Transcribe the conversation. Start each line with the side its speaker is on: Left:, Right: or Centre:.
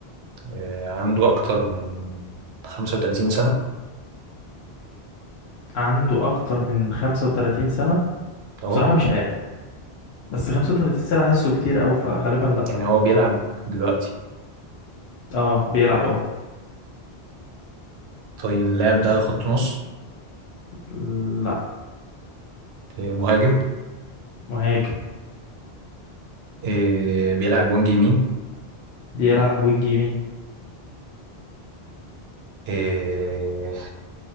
Right: آه، عنده أكتر من 35 سنة
Left: عنده اكتر من 35 سنة
Right: أهو
Left: بصراحة مش عارف بس 35 سنة حاسه كتير اوي فغالبا لا
Right: يعني هو بيلعب دلوقتي
Left: اه بيلعب اه
Right: طيب اللاعب ده خط نص
Left: لا
Right: آه، مهاجم
Left: مهاجم
Right: آه، بيلعب وينج يمين
Left: بيلعب وينج يمين
Right: آه،